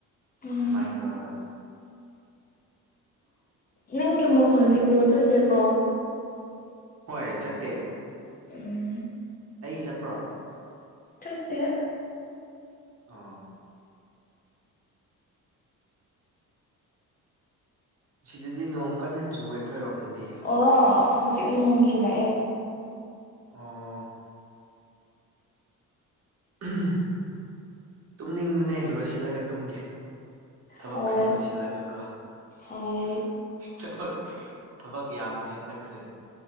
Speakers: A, on the left (about 25°); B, on the right (about 45°).
A: ꯎꯝ
B: ꯁꯨꯃꯥꯏꯅ ꯇꯧꯔꯒ
A: ꯅꯪꯒꯤ ꯃꯈꯣꯟ ꯏꯀꯣ ꯆꯠꯇꯦꯀꯣ
B: ꯍꯣꯏ ꯆꯠꯇꯦ
A: ꯎꯝ
B: ꯑꯩ ꯆꯠꯄ꯭ꯔꯣ
A: ꯆꯠꯇ‌ꯦ
B: ꯑꯥ ꯁꯤꯗꯗꯤ ꯅꯣꯡ ꯀꯟꯅ ꯆꯨꯋꯦ ꯑꯩꯈꯣꯏꯔꯣꯝꯗꯗꯤ
A: ꯑꯣ ꯍꯧꯖꯤꯛ ꯅꯣꯡ ꯆꯨꯔꯛꯑꯦ
B: ꯑ‌ꯣ <inaudible> ꯇꯨꯝꯅꯤꯡꯕꯅꯦ ꯂꯣꯏꯁꯤꯜꯂꯒ ꯇꯨꯝꯒꯦ ꯊꯕꯛꯁꯦ
A: ꯍꯣꯏ
B: ꯂꯣꯏꯁꯤꯜꯂꯒ ꯀꯣ
A: ꯍꯣꯏ
B: ꯊꯕꯛ ꯊꯕꯛ ꯌꯥꯝꯃꯦ ꯍꯟꯗꯛꯁꯦ